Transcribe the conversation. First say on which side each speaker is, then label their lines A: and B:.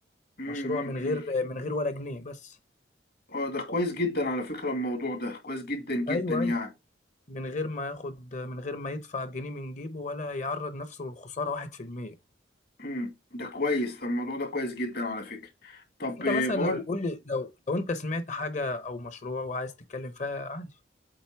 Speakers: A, on the left (about 55°); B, on the left (about 40°).
A: امم
B: مشروع من غير
A: امم
B: من غير ولا جنيه بس
A: اه ده كويس جدا على فكره الموضوع ده كويس جدا جدا
B: ايوه
A: يعني
B: ايوه من غير ما ياخد من غير ما يدفع جنيه من جيبه ولا يعرض نفسه للخساره 1%
A: امم ده كويس ده الموضوع ده كويس جدا على فكره طب
B: انت
A: آه،
B: مثلا
A: بقول
B: لو قول لي لو لو انت سمعت حاجه او مشروع وعايز تتكلم فيها عادي